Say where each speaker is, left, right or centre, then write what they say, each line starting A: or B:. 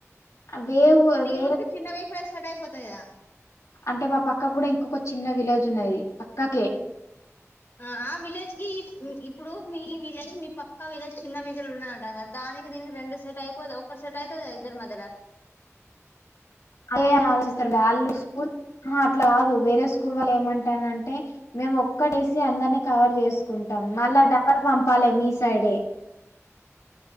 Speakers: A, on the left; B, on the left.
A: వేవు
B: ఇప్పుడు మీ
A: వేరే
B: ఊరికి చిన్న వెహికల్ సెట్ అయిపోత్ స్తయా
A: అంటే మా పక్కకు కూడా ఇంకొక చిన్న విలేజ్ ఉన్నది పక్కకి
B: ఆ ఆ విలేజ్ కి ఇ ఇప్పుడు మీ విలేజ్ మీ పక్కా విలేజ్ చిన్న విజలు ఉన్నదంట కదా దా దనికి దీనికి రెండు సెట్ అయిపోది ఒక్కరు సెట్ అయితది ఇద్దరు మద్యల
A: అదే ఆలోచిస్తారు వాళ్ళు స్కూల్ ఆహా అట్లా కాదు వేరే స్కూల్ వాల్ల ఏమం టారంటే మేము ఒక్కటేసి అందరిని కవర్ చేసుకుంటాం మళ్ళా డబ్బల్ పంపాలే మీ సైడ్ డే